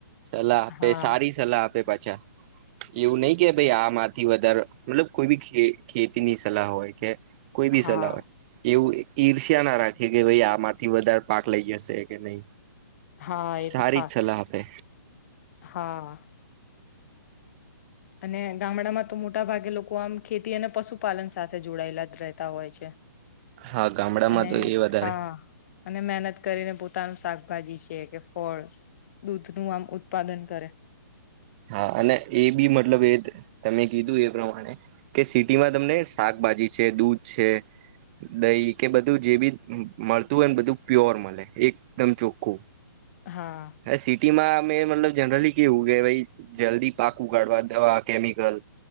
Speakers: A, on the right; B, on the left.
A: સલાહ આપે
B: હા,
A: સારી સલાહ આપે પાછી
B: <inaudible>
A: એવું નહી કે ભાઈ આમાંથી વધારે મતલબ કોઈ બી ખેતી ની સલાહ હોય કે કોઈ બી
B: હા,
A: સલાહ હોય એવું ઈર્ષ ત્યાં ના રાખે કે ભાઈ આમાંથી વધારે પાક લઈ જશે કે નહી
B: હા એ
A: સારી
B: તો ખાસ.
A: જ સલાહ આપે
B: હા અને ગામડામાં તો મોટા ભાગે લોકો આમ ખેતી અને પશુપાલન સાથે જોડાયેલા જ રહેતા હોય છે
A: હા ગામડામાં
B: અને
A: તો એ વધારે
B: હા અને મહેનત કરીને પોતાનું શાકભાજી છે કે ફળ દૂધ નું આમ ઉત્પાદન કરે
A: હા અને એ બી મતલબ એ તમે કીધું એ પ્રમાણે કે સિટીમાં તમને શાક શ ભાજી છે દૂધ છે દહી કે બધું જે બી મળતું હોય ને બધું પ્યોર મળે એકદમ ચોખ્ખું
B: હા,
A: હ સિટીમાં અમે મતલબ જનરલી કેવું કે ભાઈ જલ્દી પાકું કાઢવા દવા કેમિકલ